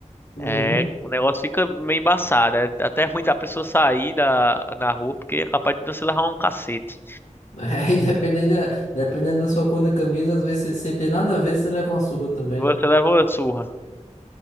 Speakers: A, on the left (about 75°); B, on the left (about 15°).
A: Uhum.
B: é, o negócio fica meio embaçado. É até ruim da pessoa sair da, na rua, porque é capaz de você levar um cacete.
A: É, e dependendo, da- dependendo da sua cor da camisa, às vezes você sem ter nada a ver, você leva uma surra também.
B: Você leva uma surra.